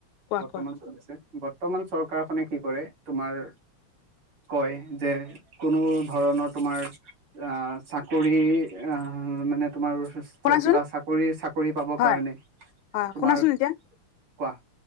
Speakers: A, on the left (about 80°); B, on the right (about 80°).
A: কোৱা
B: বৰ্তমান,
A: কোৱা
B: <unintelligible> বৰ্তমান চৰকাৰখনে কি কৰে তোমাৰ কয় যে, কোনো ধৰণৰ তোমাৰ আহ' চাকৰি আহ' মানে তোমাৰ
A: শুনাচোন
B: চা কিবা চাকৰি-চাকৰি পাব
A: হয়
B: কাৰণে,
A: হয়
B: তোমাৰ
A: শুনাচোন
B: কোৱা?
A: এতিয়া